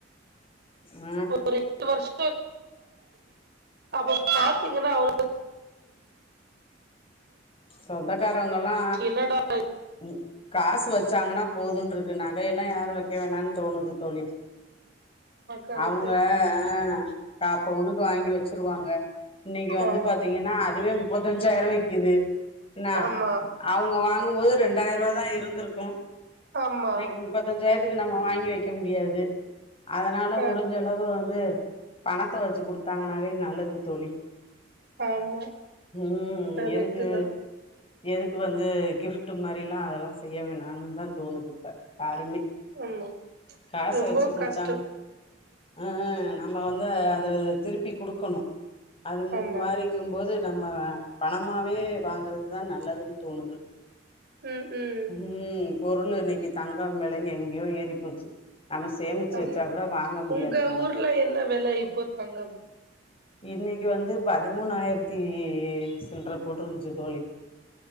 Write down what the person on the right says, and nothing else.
ஒரு <inaudible> அப்ப பாத்திங்கனா <inaudible>
<inaudible> என்னாடா <inaudible>
கரெக்ட்.
ஆமா
கரெக்ட்டு ஆமா
ஆமா
ஆமா
கரெக்ட்
ஆமா
கரெக்ட்டுதா
ஆமா
ரொம்ப
கஷ்டோ
ஆமா
ம் ம்
ஆமா
உங்க
ஊர்ல என்ன வெல இப்போ தங்கம்